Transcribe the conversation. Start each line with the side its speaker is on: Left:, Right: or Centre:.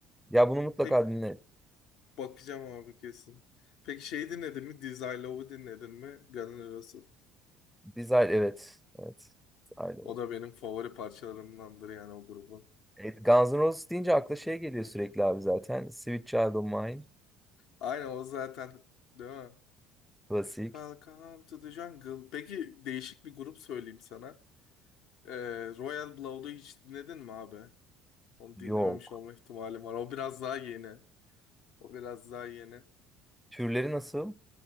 Centre: Ya bunu mutlaka
Left: Pek
Centre: dinle.
Left: bakacağım abi kesin. Peki şey dinledin mi? Dizzy Love'u dinledin mi? Guns N' Roses.
Centre: Desire evet. Evet. Desire.
Left: O da benim favori parçalarımdandır yani o grubun.
Centre: Evet, Guns N' Roses deyince akla şey geliyor sürekli abi zaten. Sweet Child O' Mine.
Left: Aynen o zaten değil mi?
Centre: Klasik.
Left: Welcome to the Jungle. Peki değişik bir grup söyleyeyim sana. Ee, Royal Blood'u hiç dinledin mi abi? Onu
Centre: Yok.
Left: dinlememiş olma ihtimalim var. O biraz daha yeni. O biraz daha yeni.
Centre: Türleri nasıl?